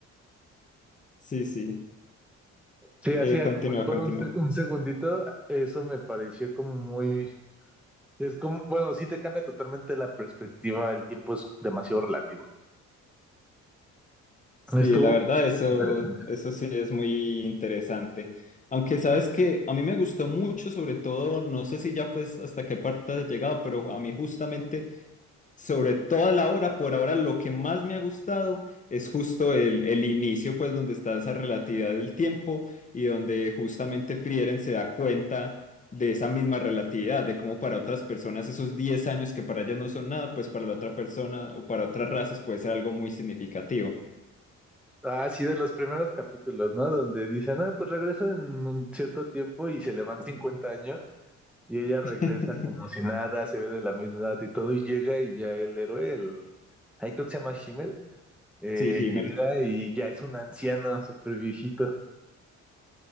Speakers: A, on the left (about 25°); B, in the centre.
A: Sí, sí.
B: Sí, hacía
A: Eh, continúa,
B: como si fuera
A: continúa.
B: un, se- un segundito, eso me pareció como muy... Es como, bueno, sí te cambia totalmente la perspectiva, el tiempo es demasiado relativo.
A: Sí,
B: Estuvo
A: la verdad, eso,
B: interesante.
A: eso sí es muy interesante. Aunque sabes que a mí me gustó mucho, sobre todo, no sé si ya pues hasta qué parte has llegado, pero a mí justamente sobre toda la obra, por ahora lo que más me ha gustado es justo el, el inicio, pues donde está esa relatividad del tiempo y donde justamente Frieren se da cuenta de esa misma relatividad, de cómo para otras personas esos 10 años que para ellas no son nada, pues para la otra persona o para otras razas puede ser algo muy significativo.
B: Ah, sí, de los primeros capítulos, ¿no? Donde dicen, ah, pues regresa en un cierto tiempo y se le van 50 años y ella regresa
A: <laughs>
B: como si nada, se ve de la misma edad y todo, y llega y ya el héroe, el... ahí creo que se llama Himmel, eh,
A: Sí, Himmel.
B: llega y ya es un anciano súper viejito.